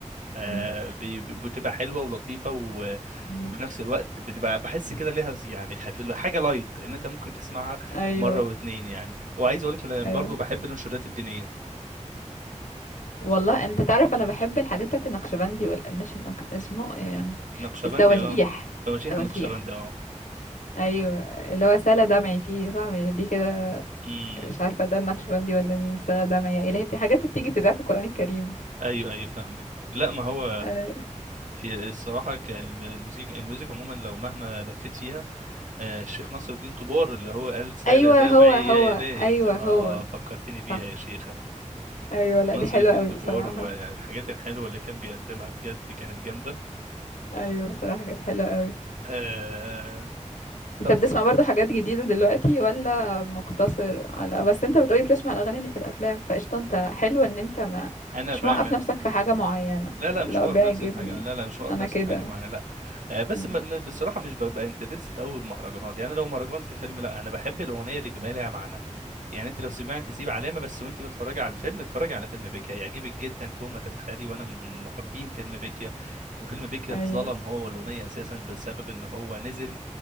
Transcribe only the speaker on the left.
أمم.
أمم.
ايوه
ايوه
والله انت تعرف انا بحب الحاجات بتاعت النقشبندي والقماش النق- اسمه إيه؟
التواشيح
التواشيح
ايوه اللي هو سلا دمعي فيه صح مش دي كده
مش عارفه ده النقشبندي ولا مين سلا دمعي يا الهي بت- حاجات بتيجي في ذات القران الكريم
ايوه
ايوه
هو هو
ايوه
هو
صح
ايوه لا
دي حلوه
قوي
بصراحه
ايوه بصراحه كانت حلوه قوي
انت
بتسمع برضو حاجات جديدة دلوقتي ولا مقتصر على بس انت بتقولي بتسمع الأغاني اللي في الأفلام فقشطة انت حلو ان انت ما
مش
موقف
نفسك في حاجة معينة
اللي
هو
بيعجبني
انا
كده
مم.
ايوه